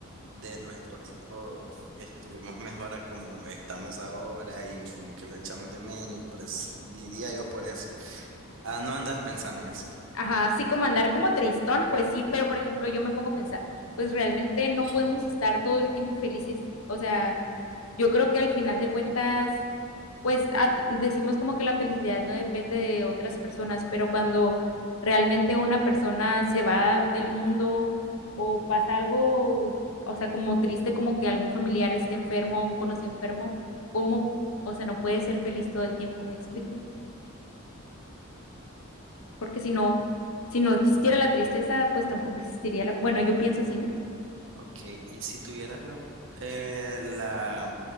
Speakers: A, on the right; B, on the left.
A: de nuestro tiempo estuvimos mejor a como estamos ahora y como que lo echamos de menos, y pues diría yo por eso, a no andar pensando en eso.
B: Ajá, sí, como andar como tristón, pues sí, pero por ejemplo, yo me pongo a pensar, pues realmente no
A: Sí.
B: podemos estar todo el tiempo felices. O sea, yo creo que al final de cuentas, pues a- decimos como que la felicidad no depende de otras personas, pero cuando realmente una persona se va del mundo o pasa algo, o sea, como triste, como que algún familiar esté enfermo o un conocido enfermo, ¿cómo? O sea, no puede ser feliz todo el tiempo, ¿me explico? porque si no, si no existiera la tristeza, pues tampoco existiría la... Bueno, yo pienso así, ¿no?
A: Ok, y si tuvieras la, eh, la,